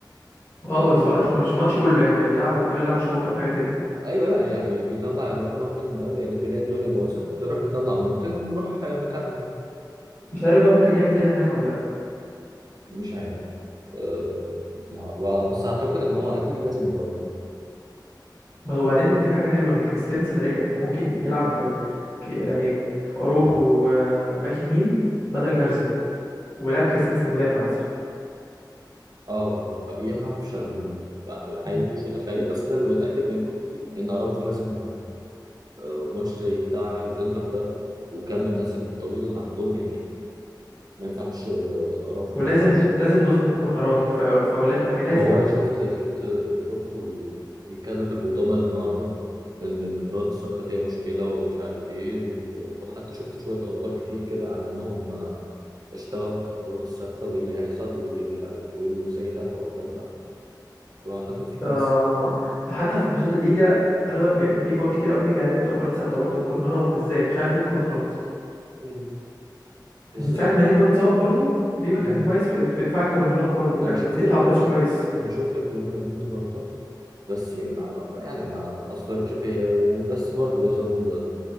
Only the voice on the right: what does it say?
يعني دي
ايوه لا يعني بيطلع الواد مارتن ده اللي بيلاقي الدنيا باظت فيروح مطلع مارتن ويروح مكمل
مش عارف أه مع- بس اعتقد ان هو اكيد لازم يغير
اه بقى ما اعرفش أنا ب- حقيقي
مش متخيل بس انا اللي متاكد منه ان اراوخو لازم يلعب أه ماتش زي بتاع الانتر ده وكم الناس الطويله اللي عندهم يعني ما ينفعش آه، اراوخو
ما يلعبش
ما هو انا
شفت شفت شفته بيتكلم في المؤتمر النهارده ان القطارات الثابته فيها مشكله ومش عارف ايه و- وحتى شفت شويه اخبار كتير كده عن انهم اشتغلوا على القطارات الثابته وايه اللي يحصل وايه اللي مش عارف وايه اللي ازاي يدافعوا قدامها واعتقد في كارثه
مم. بس
مم.
انا شفت
الجمله
انا شفت الجمله دي النهارده بس ما ما- يعني ما اثرتش فيا أوي يعني بس برضه يظل